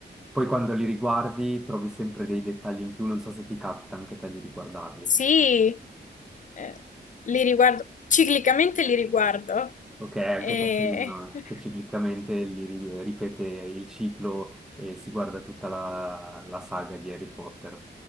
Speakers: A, in the centre; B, on the left.
A: poi quando li riguardi trovi sempre dei dettagli in più, non so se ti capita anche a te di riguardarli.
B: Sì, eh, li riguardo, ciclicamente li riguardo.
A: Ok, anche
B: E...
A: te sei uno
B: <laughs>
A: che ciclicamente li ri- ripete il ciclo e si guarda tutta la, la saga di Harry Potter.